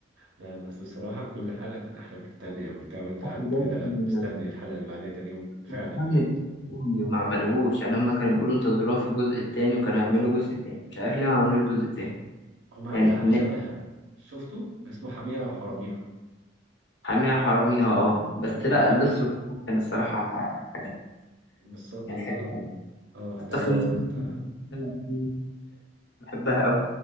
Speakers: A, on the right (about 75°); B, on the left (about 65°).
A: لا بس بصراحة كل حلقة كانت أحلى من التانية وبتاع وأنت قاعد
B: بجد
A: كده مستني الحلقة اللي بعديها تاني يوم فعلا
B: مهتم
A: بجد
B: الجزء التاني وما عملوهوش يعني هما كانوا بيقولوا انتظروها في الجزء التاني وكانوا هيعملوا جزء تاني مش عارف ليه ما عملوش جزء تاني
A: هم عملوا
B: يعني
A: حاجة
B: كنا
A: شبهها شفتوا اسمه حاميها وحراميها
B: حاميها حراميها اه بس
A: اه
B: لا لسه كان الصراحة حاجة تانية.
A: بس بالظبط
B: كان حلو أوي
A: اه
B: حتى
A: لا
B: في
A: لو
B: موسيقى
A: ت-
B: كده كانت بتشتغل فيه، بحبها أوي